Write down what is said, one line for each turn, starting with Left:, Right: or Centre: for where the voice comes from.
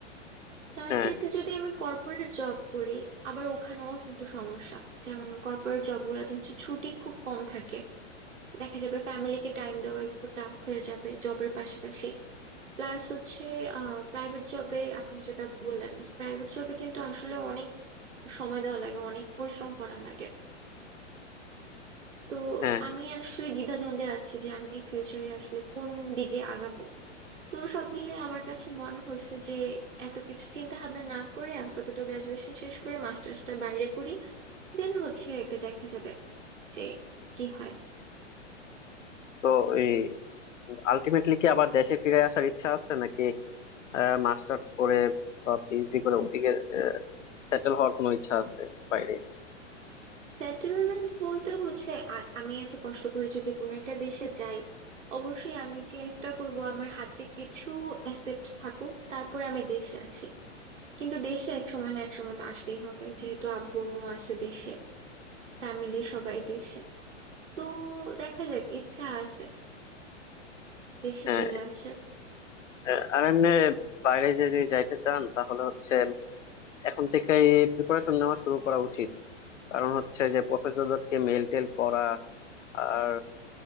Right: তার
Left: হ্যাঁ
Right: চাইতে যদি আমি কর্পোরেট জব করি আবার ওখানেও কিন্তু সমস্যা যেমন কর্পোরেট জব গুলাতে হচ্ছে ছুটি খুব কম থাকে দেখা যাবে ফ্যামিলিকে টাইম দেওয়া একটু টাফ হয়ে যাবে জবের পাশাপাশি প্লাস হচ্ছে আহ প্রাইভেট জবে আপনি যেটা বললেন প্রাইভেট জবে কিন্তু আসলে অনেক সময় দেওয়া লাগে অনেক পরিশ্রম করা লাগে তো
Left: হ্যাঁ
Right: আমি আসলে দ্বিধাদ্বন্দ্বে আছি যে আমি ফিউচারে আসলে কোন দিকে আগাবো তো সব মিলে আমার কাছে মনে হয়েছে যে এত কিছু চিন্তা ভাবনা না করে আপাতত গ্রাজুয়েশন শেষ করে মাস্টার্সটা বাইরে করি দেন হচ্ছে একটা দেখা যাবে যে কি হয়
Left: তো এই আলটিমেটলি কি আবার দেশে ফিরে আসার ইচ্ছা আছে নাকি মাস্টার্স করে বা পিএইচডি করে ওদিকে সেটেল হওয়ার কোনো ইচ্ছা আছে বাইরে
Right: সেটেলমেন্ট বলতে হচ্ছে আ- আমি এত কষ্ট করে যদি কোনো একটা দেশে যাই অবশ্যই আমি চেষ্টা করব আমার হাতে কিছু অ্যাসেট থাকুক তারপরে আমি দেশে আসি কিন্তু দেশে এক সময় না এক সময় তো আসতেই হবে যেহেতু আব্বু আম্মু আছে দেশে ফ্যামিলি সবাই দেশে তো দেখা যাক ইচ্ছা আছে দেশে
Left: হ্যাঁ
Right: চলে আসার
Left: আহ, আর এমনি বাইরে যদি যাইতে চান তাহলে হচ্ছে এখন থেকেই প্রিপারেশন নেওয়া শুরু করা উচিত কারণ হচ্ছে যে প্রফেসরদেরকে মেল টেল করা আর